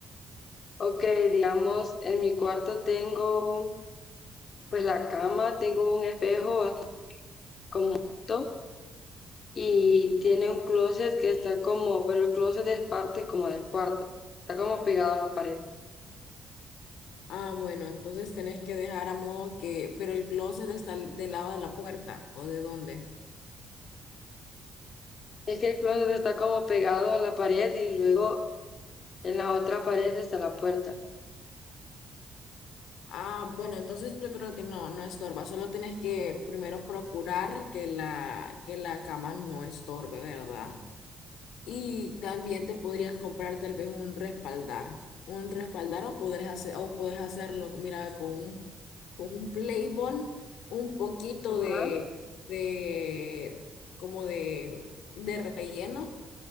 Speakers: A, on the left; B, on the left.
A: Ok, digamos, en mi cuarto tengo Pues la cama, tengo un espejo bastante como alto y tiene un closet que está como, pero el closet es parte como del cuarto, está como pegado a la pared.
B: Ah, bueno, entonces tenés que dejar a modo que, pero el closet está al- del lado de la puerta o de dónde.
A: Es que el closet está como pegado a la pared y luego en la otra pared está la puerta.
B: Ah, bueno, entonces yo creo que no, no estorba, solo tenés que primero procurar que la, que la cama no estorbe, ¿verdad? Y también te podrías comprar tal vez un respaldar. Un respaldar o podrías hacer, o puedes hacerlo, mira, con un, con un Playbond, un poquito
A: Ajá.
B: de, de como de, de relleno